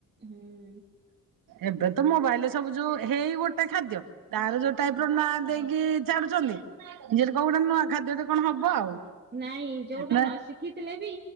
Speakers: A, on the right; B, on the right.
A: ହୁଁ।
B: ଏବେ ତ ମୋବାଇଲରେ ସବୁ ଯୋଉ ହେଇ ଗୋଟେ ଖାଦ୍ୟ? ତାର ଯୋଉ ଟାଇପ୍ ର ନା ଦେଇକି ଚାଡୁଚନ୍ତି। ଜେମ ତି କୋ ଉବୁ ଗୋଟେ ନୂଆ ଖାଦ୍ୟଟେ କଣ ହବ ଆଉ।
A: ନାଇଁ ଯୋଉଟା
B: ନା
A: ନ ଶିଖିଥିଲେ ବି